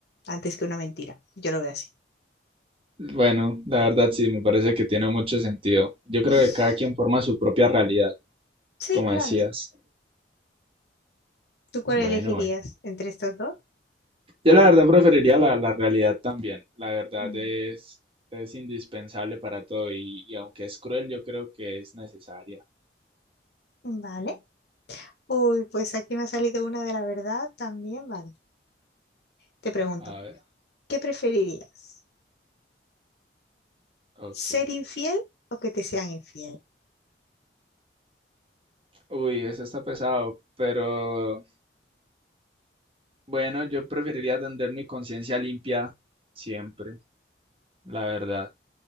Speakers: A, on the left (about 65°); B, on the right (about 30°).
A: antes que una mentira. Yo lo veo así.
B: Bueno, la verdad sí, me parece que tiene mucho sentido. Yo creo
A: <laughs>
B: que cada quien forma su propia realidad,
A: Sí,
B: como
A: claro.
B: decías.
A: ¿Tú cuál
B: Bueno,
A: elegirías
B: bueno.
A: entre estos dos?
B: Yo la verdad preferiría la, la realidad también. La verdad
A: Mm,
B: es, es indispensable para todo y, y aunque es cruel, yo creo que es necesaria.
A: Vale. Uy, pues aquí me ha salido una de la verdad también, vale. Te pregunto,
B: A ver,
A: ¿qué preferirías?
B: ok.
A: ¿Ser infiel o que te sean infiel?
B: Uy, eso está pesado, pero bueno, yo preferiría tener mi conciencia limpia siempre, la verdad.